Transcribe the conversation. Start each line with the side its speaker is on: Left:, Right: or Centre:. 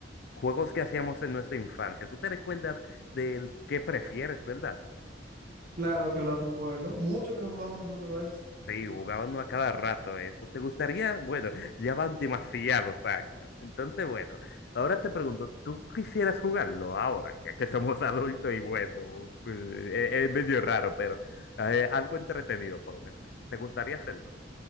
Left: juegos que hacíamos en nuestra infancia. ¿Tú te recuerdas del qué prefieres, verdad?
Right: Claro que lo recuerdo. Mucho que jugamos nosotros eso.
Left: Sí, jugaban uno a cada rato eso. ¿Te gustaría? Bueno, ya van demasiados años. Entonces, bueno, ahora te pregunto, ¿tú quisieras jugarlo ahora? Ya que somos <laughs> adultos y bueno, pues, e- es, medio raro, pero eh, algo entretenido por lo menos. es. ¿Te gustaría hacerlo?